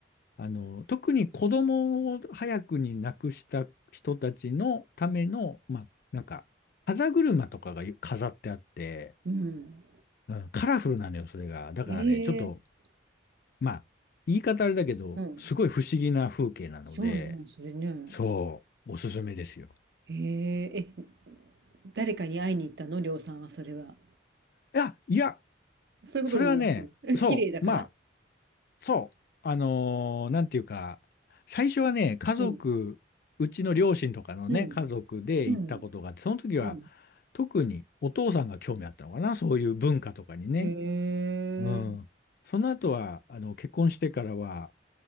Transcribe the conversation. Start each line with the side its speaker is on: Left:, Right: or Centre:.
Left: あの、特に子供を早くに亡くした人たちのための、まあ、なんか、風車とかが飾ってあって、
Right: うん。
Left: うん、カラフルなのよ、それが。だからね、
Right: ええ
Left: ちょっとまあ、言い方あれだけど、
Right: うん。
Left: すごい不思議な風景なので、
Right: そうね、それね。
Left: そう、おすすめですよ。
Right: へえ、え、誰かに会いに行ったのりょうさんはそれは。
Left: いや、いや、
Right: そういうことでもなく、
Left: それはね、
Right: <laughs>
Left: そう、
Right: 綺麗だから。
Left: まあ、そう、あのーなんていうか、最初はね、家族、
Right: うん。
Left: うちの両親とかのね、
Right: うん。
Left: 家族で行ったことがあって、
Right: うん。
Left: その時は、
Right: うん。
Left: 特にお父さんが興味あったのかな、そういう文化とかにね。
Right: へえ、
Left: うん。その後は、あの、結婚してからは、